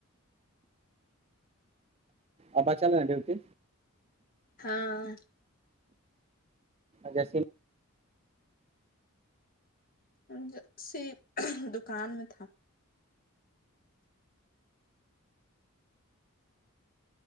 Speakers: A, on the right; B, on the left.
A: ابا چلے ڈیوٹی
B: ہاں
A: جسی
B: جسی دکان میں تھا